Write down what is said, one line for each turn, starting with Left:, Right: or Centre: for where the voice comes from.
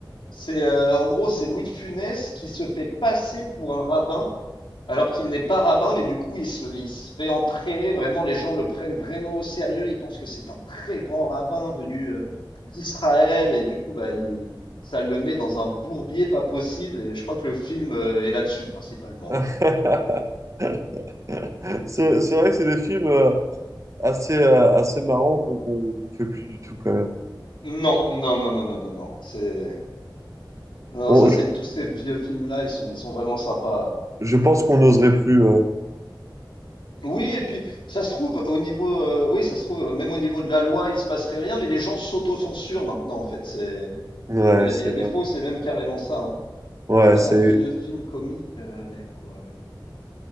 Left: c'est euh, en gros, c'est Louis de Funès qui se fait passer pour un rabbin, alors qu'il n'est pas rabbin, mais du coup, il se, il se fait entraîner vraiment, les gens le prennent vraiment au sérieux, ils pensent que c'est un très grand rabbin venu euh, d'Israël, et du coup, bah, il- ça le met dans un bourbier pas possible, et je crois que le film euh, est là-dessus principalement,
Right: <laughs>
Left: quoi.
Right: c'est- c'est vrai que c'est des films euh, assez, euh, assez marrants qu'on qu'on qu'on fait plus du tout quand même.
Left: Non, non, non, non, non, non, non, c'est... Non,
Right: On-
Left: ça c'est
Right: je,
Left: tous ces vieux films-là, ils sont, ils sont vraiment sympas.
Right: je pense qu'on n'oserait plus. euh.
Left: Oui, et puis ça se trouve au niveau, euh, oui, ça se trouve euh, même au niveau de la loi, il se passerait rien, mais les gens s'autocensurent maintenant en fait. C'est,
Right: Ouais,
Left: il y a,
Right: c'est
Left: il y a
Right: vrai.
Left: des fois où c'est même carrément ça. hein.
Right: Ouais,
Left: Sinon,
Right: c'est
Left: en vieux film comique, euh, il y a quoi?